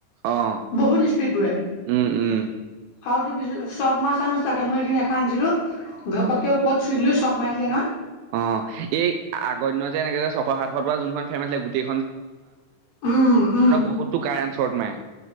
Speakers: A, on the right (about 85°); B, on the left (about 60°).
A: অ
B: বহুত স্পীড ঘূৰে
A: উম উম
B: আৰু তোৰ পিছত শট ম আ চানচ থাকে মই এদিন এখন আনিছিলো ঘপককে ওপৰত চুই দিলো
A: অ
B: চট মাৰিলে নহয়
A: অ এই আগদিন যে এনেকে যে চকৰ সাতত বা যোনখন ফেমাচে গোটেই <unintelligible>
B: উম উম
A: বহুতো কাৰেণ্ট শ্বৰ্ট মাৰে